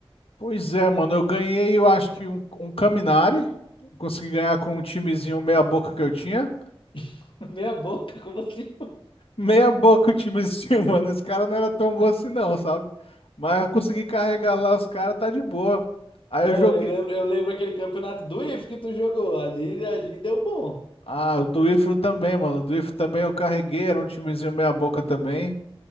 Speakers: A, on the left (about 75°); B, on the left (about 60°).
A: Pois é, mano, eu ganhei, eu acho que um, um Caminari. Consegui ganhar com um timezinho meia boca que eu tinha.
B: <laughs> Meia boca, como assim?
A: Meia boca o timezinho, <laughs> mano. Esse cara não era tão bom assim não, sabe? Mas eu consegui carregar lá os caras, tá de boa. Aí
B: Cara,
A: eu joguei.
B: eu lembro, eu lembro aquele campeonato do IF que tu jogou. Ali, ali deu bom.
A: Ah, o do Ifro também, mano. O do Ifro também eu carreguei, era um timezinho meia boca também.